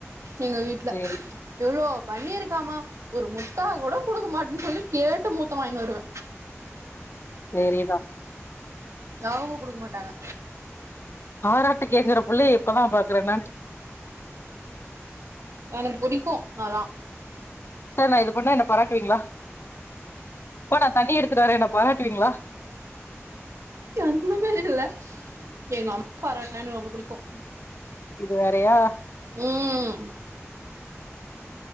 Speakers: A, on the right; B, on the left.
A: எங்க வீட்ல
B: சரி
A: எவ்ளோ பண்ணி இருக்காமா ஒரு முத்தா கூட குடுக்க மாட்ன்னு சொல்லி கேட்டு முத்தம் வாயின்னு வருவ
B: சரி தா
A: எவங்கோ குடுக்க மாட்டாங்க
B: பாராட்டு கேக்கற புள்ளைய இப்பதா பாக்குறேங்க
A: எனக்கு புடிக்கோ அதா
B: சர் நா இது பண்ணா என்ன பராட்டுவீங்ளா அப்பா நா தண்ணி எடுத்துட்டு வர என்ன பாராட்டுவீங்ளா
A: அந்த மாரி இல்ல எங்க அம்மா பாராட்னா எனக் ரொம்ப புடிக்கும்
B: இது வேறயா
A: ம்